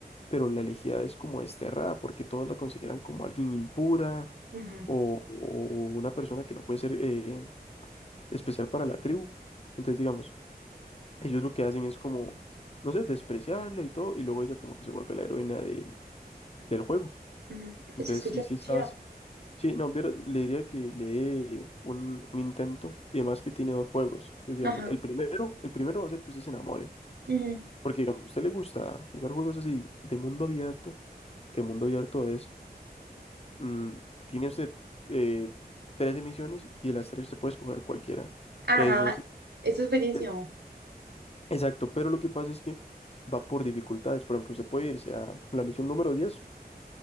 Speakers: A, on the left (about 40°); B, on the right (about 85°).
A: pero la elegida es como desterrada porque todos la consideran como alguien impura
B: ujú,
A: o, o una persona que no puede ser eh, especial para la tribu. Entonces, digamos, ellos lo que hacen es como, no sé, despreciarla y todo, y luego ella como que se vuelve la heroína del, del juego.
B: ujú.
A: Entonces,
B: Se escucha
A: sí, sí,
B: muy
A: estabas.
B: chido.
A: Sí, no, viera- le diría que le dé un, un intento y además que tiene dos juegos. Entonces, digamos,
B: Ajá,
A: el primero, el primero va a ser que usted se enamore,
B: ujú,
A: porque digamos, a usted le gusta jugar juegos así de mundo abierto, que mundo abierto es mm, tiene usted eh, 13 misiones y de las tres usted puede escoger cualquiera.
B: Ajá,
A: Eso es,
B: eso es buenísimo.
A: eh, exacto, pero lo que pasa es que va por dificultades. Por ejemplo, usted puede irse a la misión número 10